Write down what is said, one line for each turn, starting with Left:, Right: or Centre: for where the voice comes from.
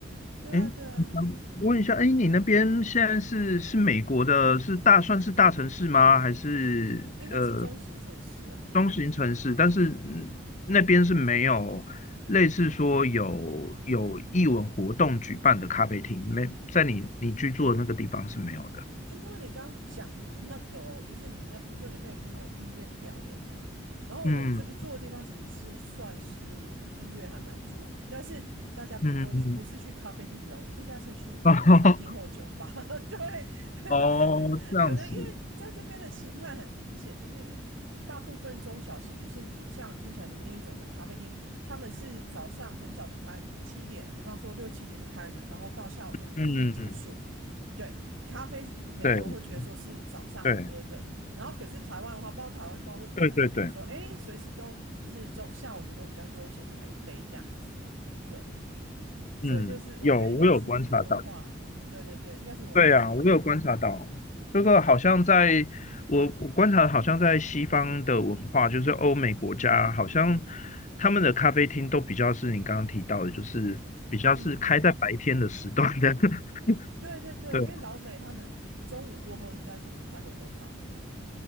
Right: 对啊，
Left: 嗯，
Right: 对啊，
Left: 想问一下，哎，你那边现在是是美国的，是大算是大城市吗？还是呃
Right: 应该是中型城市啊。
Left: 中型城市？但是嗯那边是没有类似说有有艺文活动举办的咖啡厅，没在你你居住的那个地方是没有的。
Right: 因为你刚刚讲的那个哦，就是你那你说你那边有英文音乐表演嘛，然后我这边住的地方其实是算是音乐还蛮著名，
Left: 嗯
Right: 但是大家不会去，
Left: 嗯嗯，
Right: 不是去咖啡厅表演，应该是去那个餐厅或酒吧。
Left: <laughs> 哦
Right: <laughs> 对，<laughs>
Left: 哦，这样子，
Right: 可能因为在这边的形态很明显，就是大部分中小型，就是你像听起来你那种的咖啡厅，他们是早上很早就开门，七点，比方说六七点就开门，然后到下午两点就结束。
Left: 嗯嗯，
Right: 对，咖啡美国人会觉得说是早上喝的，
Left: 对对
Right: 然后可是台湾的话，不知道台湾包括怎么样，
Left: 对对对，
Right: 就变成说，哎，随时都就是中下午的时候比较悠闲来一杯这样子，对，所以就是我觉得应该是文化，
Left: 嗯，有我有观察到。
Right: 对对对，应该是文化差异，
Left: 对呀，我有观察到，这个好像在我我观察，
Right: 哦，
Left: 好像在西方的文化，就是欧美国家，好像他们的咖啡厅都比较是你刚刚提到的，就是比较是开在白天的时段的。
Right: 嗯，
Left: <laughs>
Right: 对对对，
Left: 对，
Right: 因为老美他们中午过后应该就不太会喝咖啡了，